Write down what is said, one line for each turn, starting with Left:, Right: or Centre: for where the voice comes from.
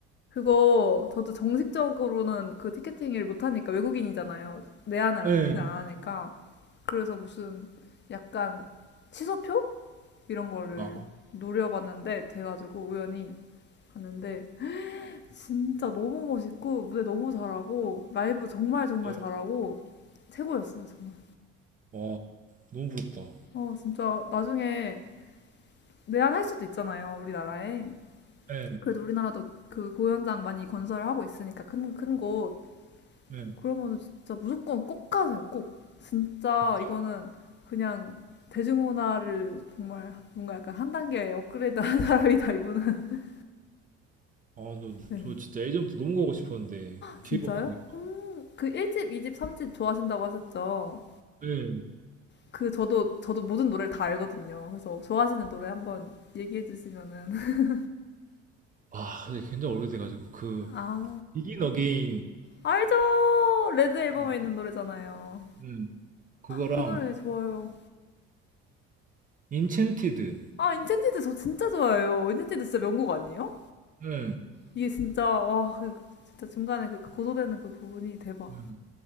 Left: 그거 저도 정식적으로는 그 티켓팅 일 못하니까 외국인이잖아요. 내한을
Right: 예.
Left: 안 하니까. 그래서 무슨 약간 취소표? 이런 거를
Right: 아,
Left: 노려봤는데 돼가지고 우연히 봤는데 진짜 너무 멋있고 무대 너무 잘하고 라이브 정말
Right: 진짜요?
Left: 정말 잘하고 최고였어요 정말.
Right: 와, 너무 부럽다.
Left: 어 진짜 나중에 내한할 수도 있잖아요 우리나라에.
Right: 예,
Left: 그래도 우리나라도 그 공연장 많이 건설하고 있으니까 큰 큰 곳.
Right: 예,
Left: 그러면은 진짜 무조건 꼭 가세요, 꼭. 진짜
Right: 진짜.
Left: 이거는 그냥 대중문화를 정말 뭔가 약간 한 단계 업그레이드 한 <laughs> 사람이다, 이분은. <laughs>
Right: 아, 너,
Left: 네.
Right: 저 진짜 예전부터 너무 가고 싶었는데
Left: 진짜요?
Right: 기회가 없으니까.
Left: 음, 그 1집, 2집, 3집 좋아하신다고 하셨죠?
Right: 예.
Left: 그 저도, 저도 모든 노래를 다 알거든요. 그래서 좋아하시는 노래 한번 얘기해 주시면은. <laughs>
Right: 아, 근데 굉장히 오래돼가지고 그
Left: 아,
Right: 비긴 어게인
Left: 알죠! 레드 앨범에
Right: 음,
Left: 있는 노래잖아요.
Right: 음, 그거랑
Left: 그 노래 좋아요.
Right: 인챈티드
Left: 아, 인첸티드 저 진짜 좋아해요. 인첸티드 진짜 명곡 아니에요?
Right: 예.
Left: 이게 진짜 와, 그 진짜 중간에 그 그 고소되는 그 부분이 대박.
Right: 음.